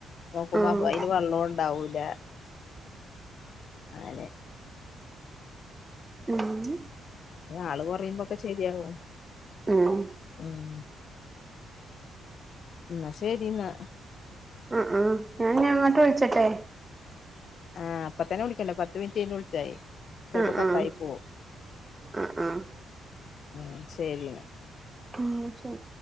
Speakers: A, on the left; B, on the right.
A: നോക്കുമ്പ
B: ആഹ്
A: അ അയിന് വെള്ളണ്ടാവൂല അങ്ങനെ
B: മ്ഹ്
A: ആള് കുയുമ്പോക്കെ ശെരിയാവോ
B: ഉം
A: ഉം ന്നാ ശരി എന്നാ
B: ആഹ് ആഹ് ങ്ങാട്ട് വിളിച്ചട്ടെ
A: ആഹ് ഇപ്പത്തന്നെ വിളിക്കണ്ട പത്ത് മിനിറ്റ് വിളിച്ചായി ചെലപ്പ
B: ആഹ്
A: കട്ടായി
B: ആഹ്
A: പോവും
B: ആഹ് ആഹ്
A: ആഹ് ശരി എന്നാ
B: ആഹ് ശെരി